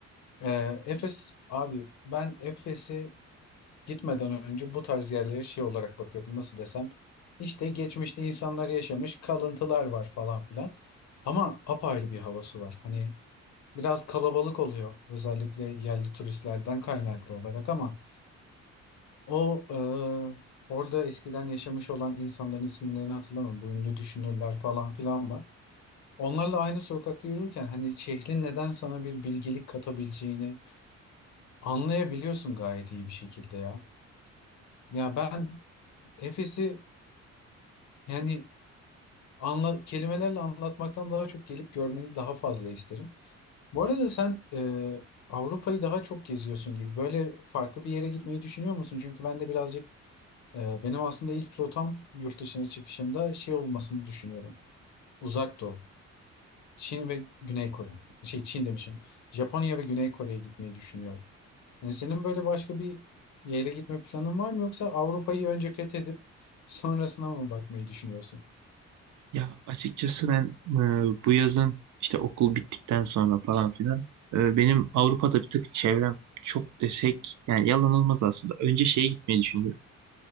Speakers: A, on the left; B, on the right.
A: Ee, Efes abi ben Efes'e gitmeden önce bu tarz yerlere şey olarak bakıyordum nasıl desem. İşte geçmişte insanlar yaşamış kalıntılar var falan filan. Ama apayrı bir havası var. Hani biraz kalabalık oluyor özellikle yerli turistlerden kaynaklı olarak ama o e, orada eskiden yaşamış olan insanların isimlerini hatırlamıyorum. Bu ünlü düşünürler falan filan var. Onlarla aynı sokakta yürürken hani şehrin neden sana bir bilgelik katabileceğini anlayabiliyorsun gayet iyi bir şekilde ya. Ya ben Efes'i yani anla, kelimelerle anlatmaktan daha çok gelip görmeni daha fazla isterim. Bu arada sen e, Avrupa'yı daha çok geziyorsun gibi. Böyle farklı bir yere gitmeyi düşünüyor musun? Çünkü ben de birazcık e, benim aslında ilk rotam yurt dışına çıkışımda şey olmasını düşünüyorum. Uzak Doğu. Çin ve Güney Kore. Şey Çin demişim. Japonya ve Güney Kore'ye gitmeyi düşünüyorum. Yani senin böyle başka bir yere gitme planın var mı yoksa Avrupa'yı önce fethedip <laughs> sonrasına mı bakmayı düşünüyorsun?
B: Ya açıkçası ben e, bu yazın işte okul bittikten sonra falan filan e, benim Avrupa'da bir tık çevrem çok desek yani yalan olmaz aslında. Önce şeye gitmeyi düşünüyorum.